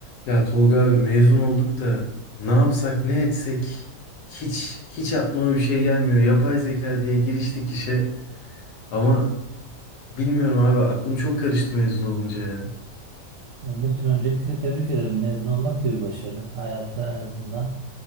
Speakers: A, on the left (about 70°); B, on the right (about 70°).
A: Ya Tolga abi mezun olduk da ne yapsak ne etsek hiç hiç aklıma bir şey gelmiyor. Yapay zeka diye giriştik işe ama bilmiyorum abi aklım çok karıştı mezun olunca ya.
B: Emir'cim öncelikle tebrik ederim. Mezun olmak da bir başarı. Hayata en azından